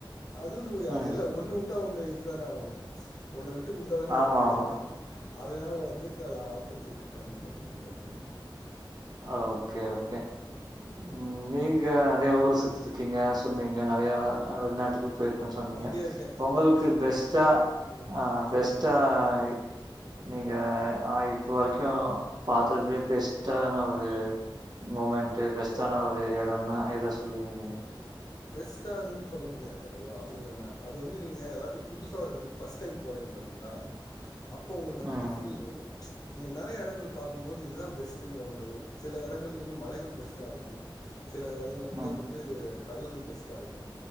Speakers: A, on the left; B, on the right.
A: அதுவுனு போய்
B: ம்.
A: அது எல்லா ஒண்ணுவுட்டா ஒண்ணு இதுதான ஆவணு ஒண்ண விட்டு குடுத்தாதானே
B: ஆமா,
A: ஒண்ணு கெடைக்கூ
B: ஆமா.
A: அதனால வந்து அத ஆப்பர்ச்சுனிட்டி கம்மியா இருந்துச்ச
B: அ ஓகே ஓகே உம் நீங்க அதே ஊர சுத்சுக்கீங்க சொன்னீங்க
A: ம்
B: நெறையா அ வெளிநாட்டுக்கு போயிருக் கன் சொன்னீங்க
A: சுற்றிக்கிட்டே இருக்கேன் சுற்றிக்கிட்டு
B: ஒங்களுக்கு
A: இல்லை
B: பெஸ்ட்டா
A: ம்
B: ஆ
A: சொல்லுங்கள்
B: பெஸ்ட்டாய் நீங்க ஆ இப்ப வரைக்கு பாத்ததுலயே பெஸ்ட்டா ன ஒரு மொமெண்ட்டு பெஸ்ட்டான ஒரு எடொனானா எத சொல்வீங்க நீங்க
A: பெஸ்ட்டாதுன் சொல்ல முடியாது ப்ரோ அப்டி நம்ம அது வந்து நீங்க ஏதாச்சு புதுசா ஒரு எடத்துக் ஃபர்ஸ்ட் டைம் போறீங்க பாத்தீங்ளா அப்போ உங்களுக்கு
B: ம்.
A: அந்த ஃபீல் இருக்கு நீங்க நெறையா எடங்கள் பாக்கும்போது இதுதா பெஸ்ட்டுன் சொலமுடியாது ப்ரோ சில எடங்கள்ல வந்து மலைகள் பெஸ்ட்டா இருக்கு சில எடங்கள
B: ம்.
A: வந்து வந்து கடல்கள் பெஸ்ட்டா இருக்கு